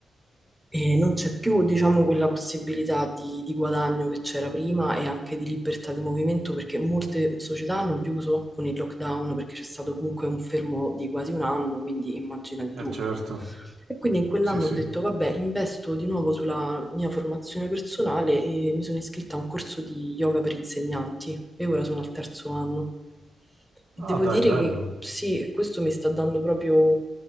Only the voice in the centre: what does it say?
E non c'è più, diciamo, quella possibilità di, di guadagno che c'era prima e anche di libertà di movimento perché molte società hanno chiuso con il lockdown perché c'è stato comunque un fermo di quasi un anno, quindi immaginati
tu.
E quindi in quell'anno
ho detto, vabbè, investo di nuovo sulla mia formazione personale e mi sono iscritta a un corso di yoga per insegnanti e ora sono al terzo anno. Devo
dire
che sì, questo mi sta dando proprio